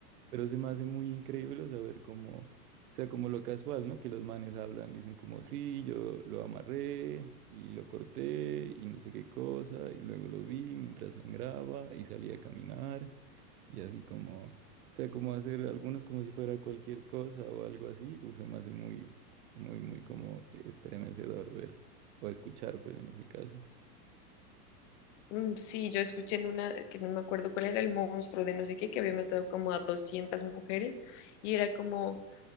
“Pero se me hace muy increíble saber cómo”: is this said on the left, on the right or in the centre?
Right